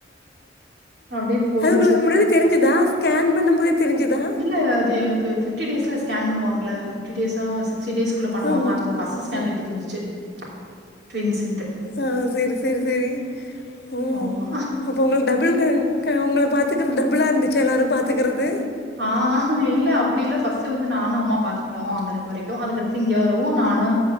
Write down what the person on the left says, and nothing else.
அது உங்களுக்கு முன்னாடி தெரிஞ்சதா கேன் பண்ணூ போதே தெரிஞ்சுதா
ஆமாம்
ம்
ஆ செரி செரி செரி ம்
அப்போ உங்களுக் டபுள் ன்டு க உங்களை பார்த்துக்கறது டபுளா இருந்துச்சா எல்லாரூ பார்த்துக்கறது